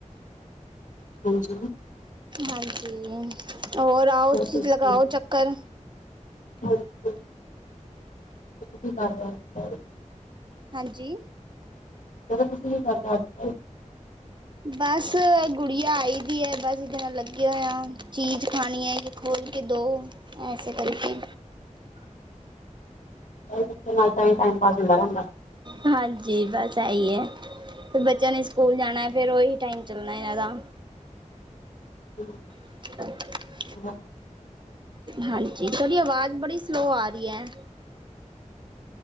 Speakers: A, on the left; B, on the right.
A: ਹਾਂਜੀ।
B: ਹਾਂਜੀ। ਹੋਰ ਆਓ ਤੁਸੀ
A: ਤੁਸੀਂ
B: ਲਗਾਓ
A: ਸੁਣਾਓ
B: ਚੱਕਰ।
A: ਤੁਸੀਂ ਕੀ ਕਰਵਾ <unintelligible>
B: ਹਾਂਜੀ।
A: <inaudible>
B: ਬਸ ਗੁੜੀਆ ਆਈ ਦੀ ਐ। ਬਸ ਇਹਦੇ ਨਾਲ ਲੱਗੇ ਹੋਏ ਹਾਂ। ਚੀਜ਼ ਖਾਣੀ ਐ ਖੋਲ ਕੇ ਦਉ। ਇਸਸੇ ਕਰਕੇ
A: ਕੱਲ ਬੱਚਿਆਂ ਨਾਲ ਤਾਂ ਹੀ ਟਾਈਮ ਪਾਸ ਹੁੰਦਾ ਰਹਿੰਦਾ
B: ਹਾਂਜੀ ਬਸ ਇਹੀ ਐ। ਫਿਰ ਬੱਚਿਆਂ ਨੇ ਸਕੂਲ ਜਾਣਾ ਫਿਰ ਓਹੀ ਟਾਈਮ ਚੱਲਣਾ ਇਹਨਾਂ ਦਾ।
A: ਹ
B: ਹ
A: ਹਾਂ।
B: ਹਾਂਜੀ ਤੁਹਾਡੀ ਆਵਾਜ਼ ਬੜੀ ਸਲੋ ਆ ਰਹੀ ਐ।